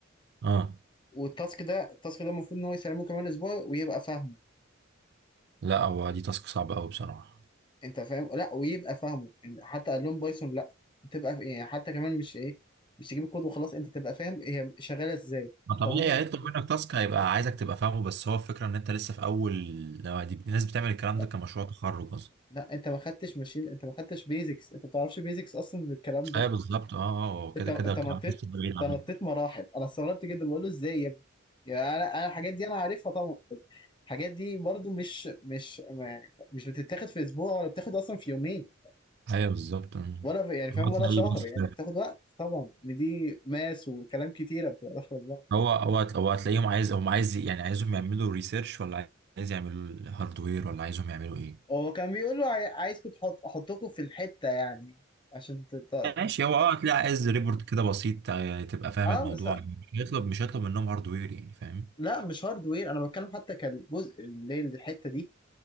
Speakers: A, on the right; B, on the left.
A: اه
B: والتاسك ده التاسك ده المفروض ان هو يسلمه كمان اسبوع ويبقى فاهمه
A: لا هو دي تاسك صعبه قوي بصراحه
B: انت فاهم لا ويبقى فاهمه يعني حتى قال لهم بايثون لا تبقى ف- يعني حتى كمان مش ايه مش تجيب الكود وخلاص انت تبقى فاهم هي شغاله ازاي
A: ما طبيعي
B: طب هم المفروض-
A: هيطلب منك تاسك هيبقى عايزك تبقى فاهمه بس هو الفكره ان انت لسه في اول لو دي الناس بتعمل الكلام
B: لا
A: ده كمشروع تخرج اصلا
B: لا انت ما خدتش ماشين انت ما خدتش بيزكس انت ما بتعرفش بيزكس اصلا من الكلام ده
A: ايوه بالظبط اه آه، هو كده
B: انت انت
A: كده الكلام
B: نطيت
A: ده لسه بعيد عنهم
B: انت نطيت مراحل انا استغربت جدا بقول له ازاي يا ابني يعني انا انا الحاجات دي انا عارفها طبعا بس الحاجات دي برضو مش مش ما يعني مش بتتاخد في اسبوع ولا بتاخد اصلا في يومين
A: ايوه بالظبط مم.
B: ولا في يعني فاهم
A: هو
B: ولا
A: تلاقيه
B: شهر
A: بس
B: يعني بتاخد وقت طبعا ان دي ماس وكلام كتيره بتبقى داخله في بعض
A: هو هو هو هتلاقيهم عايز هم عايز يعني عايزهم يعملوا ريسيرش ولا عايز يعملوا هاردوير ولا عايزهم يعملوا ايه
B: هو كان بيقول له عاي- عايزكم تحط احطكم في الحته يعني عشان تت... تت-
A: ماشي هو اه هتلاقي عايز ريبورت كده بسيط آه، يعني تبقى فاهم
B: اه
A: الموضوع
B: بس
A: مش هيطلب مش هيطلب منهم هاردوير يعني فاهم
B: لا مش هاردوير انا بتكلم حتى كالجزء اللي هي الحته دي